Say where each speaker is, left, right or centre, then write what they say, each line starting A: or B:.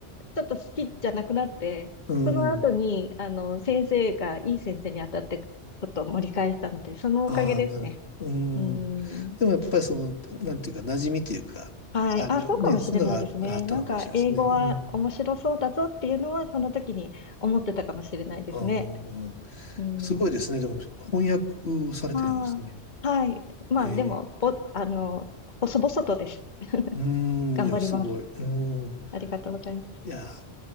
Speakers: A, on the left; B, on the left.
A: ちょっと好きじゃなくなって、
B: うん。
A: その後に、あの、先生がいい先生に当たってことを盛り返したので、そのおかげですね。
B: ああ、なる。うん。
A: うん。
B: でもやっぱりその、なんていうか、馴染みというか、
A: はい。
B: あ、
A: あ、
B: ね、
A: そうかもしれないですね。
B: そういうのがああったのかもしれないですね。
A: なんか、英語は面白そうだぞっていうのは、
B: うん。
A: その時に思ってたかもしれないですね。
B: あー
A: うん。
B: すごいですね。でも、翻訳されてるんですね。
A: まあ、はい。まあ、
B: ええ。
A: でも、ぼ、あの、細々とです。<laughs>
B: うん、
A: 頑張ります。
B: でもすごい。うん。
A: ありがとうございます。
B: いやー